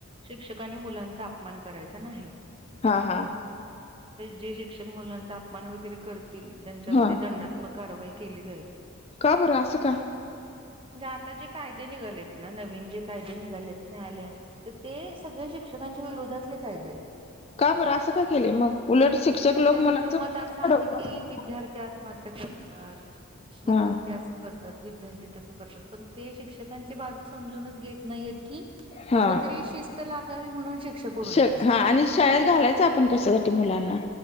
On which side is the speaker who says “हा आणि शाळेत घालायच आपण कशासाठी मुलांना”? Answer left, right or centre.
Left